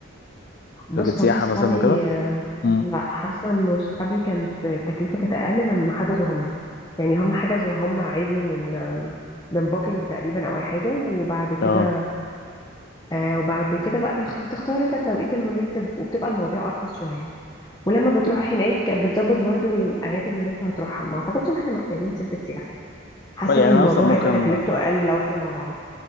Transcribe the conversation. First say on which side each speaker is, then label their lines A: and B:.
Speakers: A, on the left; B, on the left.
A: بس
B: شركه سياحه
A: والله صحابي
B: مثلا وكده
A: آه، لا
B: امم
A: حاسه انه صحابي كانت التكلفه كانت اقل لما حجزوا هم يعني هم حجزوا هم عادي من من بوكينج تقريبا او اي حاجه وبعد كده
B: اه
A: آه وبعد كده بقى بيخ- بتختار انت التوقيت المناسب وبتبقى المواضيع ارخص شويه ولما بتروح هناك بتظبط برضو الاماكن اللي انت هتروحها ما اعتقدش ان احنا محتاجين شركه سياحه حاسه
B: طيب يعني
A: ان الموضوع
B: انا اصلا ممكن
A: هيبقى تكلفته اقل لو احنا مع بعض